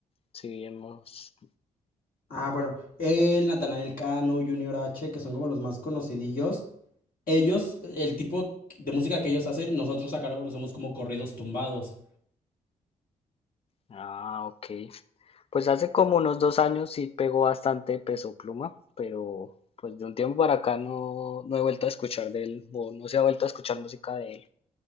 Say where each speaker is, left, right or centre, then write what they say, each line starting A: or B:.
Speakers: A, on the left; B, on the left.
A: sí, hemos.
B: Ah, bueno, el Natanael Cano, Junior H, que son como los más conocidillos. Ellos, el tipo de música que ellos hacen, nosotros acá lo conocemos como corridos tumbados.
A: Ah, ok. Pues hace como unos dos años sí pegó bastante Peso Pluma, pero pues de un tiempo para acá no, no he vuelto a escuchar de él, o no se ha vuelto a escuchar música de él